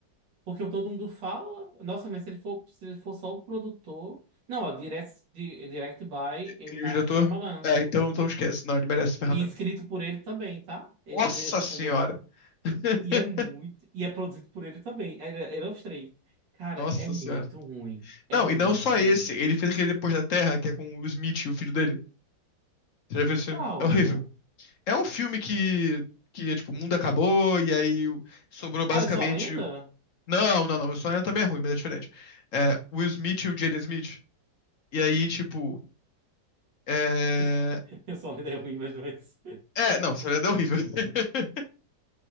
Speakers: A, on the right (about 90°); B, on the left (about 50°).
A: Porque todo mundo fala. Nossa, mas se ele for, se ele for só o produtor. Não, ó, direct, di- direct by M.
B: Ele
A: Night
B: é o diretor.
A: Shyamalan.
B: É, então, então esquece. Não, ele merece ferramenta.
A: E escrito por ele também, tá? Ele
B: Nossa
A: é o mesmo
B: senhora!
A: também. <laughs>
B: <laughs>
A: E é muito. E é produzido por ele também. Ele, ele é os três. Cara,
B: Nossa
A: é muito
B: senhora.
A: ruim. É
B: Não,
A: muito
B: e não só
A: ruim.
B: esse. Ele fez aquele Depois da Terra, que é com o Will Smith e o filho dele. Você já viu esse filme?
A: Qual?
B: É horrível. É um filme que, que é tipo, o mundo acabou e aí o- sobrou basicamente.
A: Ah, eu sou a lenda?
B: Não, não, não. O sonho também é ruim, mas é diferente. É, o Will Smith e o Jaden Smith. E aí, tipo. É.
A: <laughs> Eu sou a lenda é ruim, mas não é isso.
B: É, não, Sonhando é horrível. <laughs>